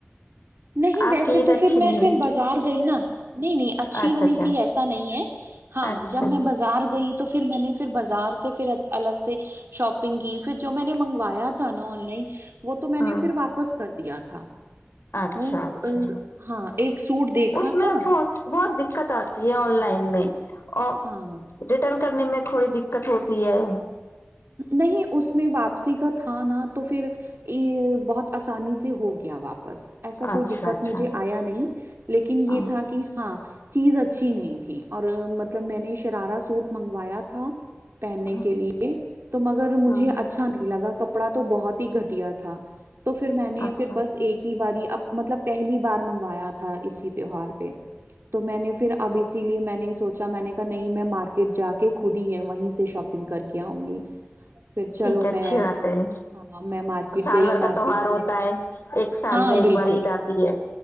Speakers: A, on the right; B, on the left.
A: نہیں
B: آپ
A: ویسے
B: کی عید
A: تو
B: اچھی
A: پھر میں
B: نہیں ہوئی
A: پھر بازار گئی نا نہیں نہیں اچھی
B: اچھا
A: ہوئی
B: اچھا
A: تھی ایسا نہیں ہے ہاں
B: اچھا
A: جب میں بازار گئی تو پھر میں نے پھر بازار سےھر الگ سے شاپنگ کی پھر جو میں نے منگوایا تھا نا آن لائن وہ تو میں نے
B: ہاں
A: پھر واپس کر دیا تھا
B: اچھا
A: وہ
B: اچھا
A: ہاں ایک سوٹ دیکھا
B: اس میں
A: تھا
B: بہت بہت دقت آتی ہے آن لائن میں ا
A: ہاں
B: رٹرن کرنے میں تھوڑی دقت ہوتی ہے
A: نہیں اس میں واپسی کا تھا نہا تو پھر ا بہت آسانی سے ہو گیا واپسی بس ایسا کوئی
B: اچھا
A: دقت
B: اچھا
A: مجھے آیا نہیں لیکن
B: ہاں
A: یہ تھا کہ ہاں چیز اچھی نہیں تھی اور مطلب میں نے شرارہ سوٹ منگوایا تھا پہننے
B: ہاں
A: کے لیے تو مگر مجھے
B: ہاں
A: اچھا نہیں لگا کپڑا تو بہت ہی گھٹیا تھا تو پھر میں نے
B: اچھا
A: پھر بس ایک ہی بار اب مطلب پہلی بار منگ ایا تھا اسی تیوار پہ تو میں نے پھر اب اسی لیے میں نہیں سوچا چا میں نے کہا نہیں میں مارکیٹ ج کے خود ہی ہے وہیں سے شاپنگ کر کے کیا آؤں گی پھر چلو
B: ٹھیک ہے اچھی
A: میں
B: بات ہے
A: ہاں میں مارکیٹ
B: سال
A: گئی
B: بھر
A: مارکیٹ
B: کا تہوار
A: سے
B: ہوتا ہے ایک سال
A: ہاں
B: میں ایک
A: بالکل
B: بار عید آتی ہے